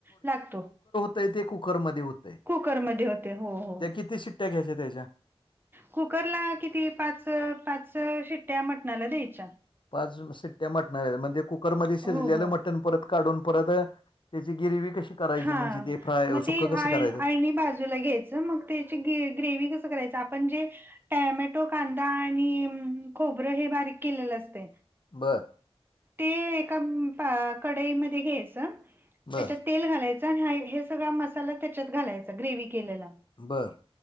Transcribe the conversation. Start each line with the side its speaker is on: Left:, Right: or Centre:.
Right: लागतो.
Left: तरी ते कुकरमध्ये होतंय.
Right: कुकरमध्ये होतेय हो हो.
Left: त्या किती शिट्ट्या घ्यायच्या त्याच्या
Right: कुकरला किती पाच पाच शिट्ट्या मटणाला द्यायच्या.
Left: पाच शिट्ट्या मटणाला दयाच्या म ते कुकरमध्ये शिजलेलं
Right: हो हो
Left: मटण परत काढून परत त्याची गिरवी कशी करायची
Right: हा
Left: म्हणजे ते फ्राय
Right: मग
Left: सुकं
Right: ते
Left: कसं करायचं.
Right: <unintelligible> बाजूला घ्यायच. म त्याची ग्रे- ग्रेव कसं करायचं आपण जे टॅमॅटो, कांदा आणि खोबरं हे बारीक केलेलं असतय.
Left: बरं.
Right: ते एका पा - कडईमध्ये घ्यायचं
Left: बर
Right: त्याच्यात तेल घालायचं आणि हा हे सगळा मसाला त्याच्यात घालायचा ग्रेवही केलेला.
Left: बरं.